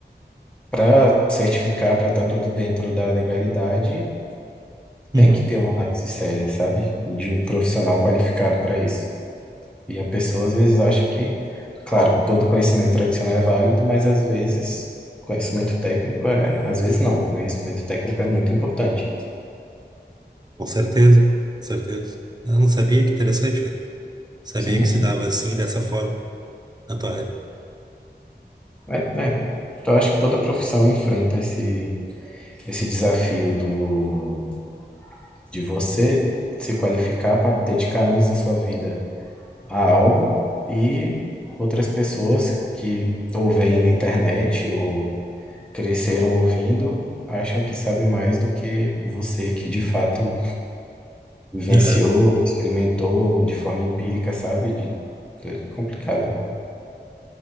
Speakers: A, in the centre; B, on the right.
A: para certificar, para estar tudo dentro da legalidade,
B: Uhum.
A: tem que ter uma análise séria, sabe? De um profissional qualificado para isso. E a pessoa às vezes acha que, claro, todo conhecimento tradicional é válido, mas às vezes conhecimento técnico é, às vezes não, conhecimento técnico é muito importante.
B: Com certeza, com certeza. Eu não sabia que interessante, cara. Sabia
A: Sim,
B: que se dava assim, dessa forma, na tua área.
A: é, né? Então, eu acho que toda profissão enfrenta esse, esse desafio do, de você se qualificar para dedicar anos da sua vida a algo e outras pessoas que ou veem na internet ou cresceram ouvindo acham que sabe mais do que você que de fato vivenciou,
B: Aham.
A: experimentou de forma empírica, sabe? De, de- complicado.